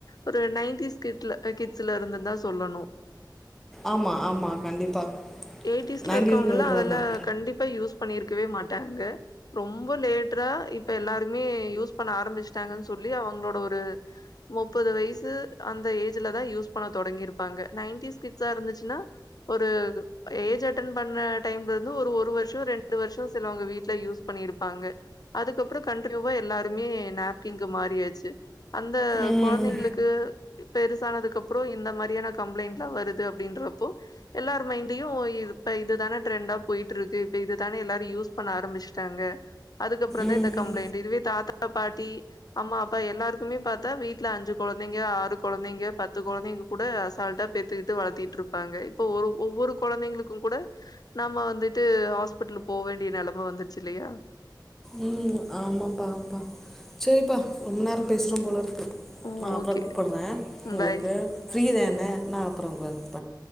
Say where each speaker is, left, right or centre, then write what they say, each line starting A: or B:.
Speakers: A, on the left (about 55°); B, in the centre.
A: ஒரு நைன்டிஸ் கிட்ல கிட்ஸ்லருந்துன்தா சொல்லணு
B: ஆமா ஆமா கண்டிப்பா
A: எயிட்டிஸ்ல
B: நைன்டி
A: இருக்கவங்கல்லா அதெல்லா
B: தான்
A: கண்டிப்பா யூஸ் பண்ணிருக்கவே மாட் டாங்க ரொம்ப லேட்ரா இப்ப எல்லாருமே யூஸ் பண்ண ஆரம்மிச்டாங்கன் சொல்லி அவுங்ளோட ஒரு முப்பது வயசு அந்த ஏஜ்லதா யூஸ் பண்ண தொடங்கிருப்பாங்க நைன்டிஸ் கிட்ஸா இருந்துச்சுனா ஒரு ஏஜ் அட்டன் பண்ண டைம்லெந்து ஒரு ஒரு வருஷொ ரெண்டு வருஷொ சிலவங்க வீட்ல யூஸ் பண்ணிருப்பாங்க அதுக்கப்றோ கண்ட்னியூவா எல்லாருமே நாப்கின்கு மாறியாச்சு அந்த
B: ம்
A: கொழந்தைங்ளுக்கு பெருசானதுக்கப்றோ இந்த மாரியான கம்ப்ளைண்ட்லா வருது அப்டின்றப்போ எல்லார் மைண்டையு இப்ப இதுதான ட்ரெண்டா போயிட்ருக்கு இப்ப இது தானே எல்லாரு யூஸ் பண்ண ஆரம்பிச்ட்டாங்க அதுக்கப்றந்தா
B: ம்
A: இந்த கம்ளைண்ட் இதுவே தாத்தா பாட்டி அம்மா அப்பா எல்லாருக்குமே பாத்தா வீட்ல அஞ்சு கொழந்தைங்க ஆறு கொழந்தைங்க பத்து கொழந்தைங்க கூட அசால்டா பெத்துக்கிட்டு வளத்திட்ருப்பாங்க இப்ப ஒரு ஒவ்வொரு கொழந்தைங்களுக்கு கூட நம்ம வந்துட்டு ஹாஸ்பிட்லு போ வேண்டிய நெலம வந்துருச்சு இல்லையா
B: உம் ஆமாப்பா ஆம்பா செரிப்பா ரொம்ப நேரம் பேசுறம் போலருக்
A: ஓ
B: நா அப்ற
A: ஓகே.
B: கூப்புட்றே உங்ளுக்கு
A: பாய்.
B: ஃப்ரீதான நா அப் அப்புறங்க